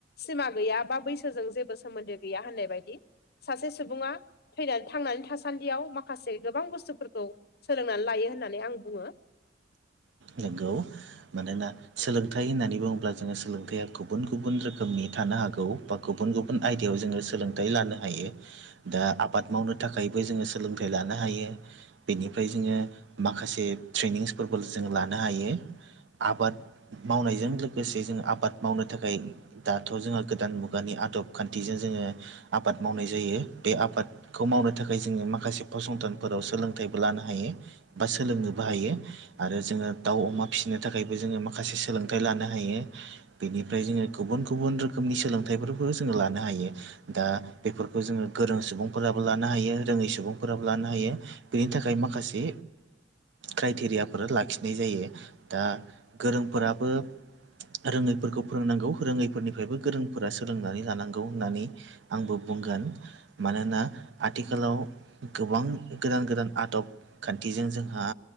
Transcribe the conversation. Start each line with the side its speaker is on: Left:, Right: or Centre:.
Left: सिमा गैया बा बैसोजों जेबो सोमोन्दो गैया होननाय बायदि सासे सुबुङा थैनानै थांनानै थासान्दियाव माखासे गोबां बुस्थुफोरखौ सोलोंनानै लायो होननानै आं बुङो
Right: नंगौ मानोना सोलोंथाइ होननानै बुङोब्ला जोङो सोलोंथाइया गुबुन गुबुन रोखोमनि थानो हागौ बा गुबुन गुबुन आयदायाव जोङो सोलोंथाइ लानो हायो दा आबाद मावनो थाखायबो जोङो सोलोंथाइ लानो हायो बेनिफ्राय जोङो माखासे ट्रेनिंसफोरबो जों लानो हायो आबाद मावनायजों लोगोसे जों आबाद मावनो थाखाय दाथ' जोंहा गोदान मुगानि आदब खान्थिजों जोङो आबाद मावनाय जायो बे आबाद खौ मावनो थाखाय जोङो माखासे फसंथानफोराव सोलोंथाइबो लानो हायो बा सोलोंनोबो हायो आरो जोङो दाउ अमा फिसिनो थाखायबो जोङो माखासे सोलोंथाइ लानो हायो बेनिफ्राय जोङो गुबुन गुबुन रोखोमनि सोलोंथाइफोरखौ जोङो लानो हायो दा बेफोरखौ जोङो गोरों सुबुंफोराबो लानो हायो रोङै सुबुंफोराबो लानो हायो बेनि थाखाय माखासे क्राइटेरिया फोर लाखिनाय जायो दा गोरोंफोराबो रोङैफोरखौ फोरोंनांगौ रोङैफोरनिफ्रायबो गोरोंफोरा सोलोंनानै लानांगौ होननानै आंबो बुंगोन मानोना आथिखालाव गोबां गोदान गोदान आदब खान्थिजों जोंहा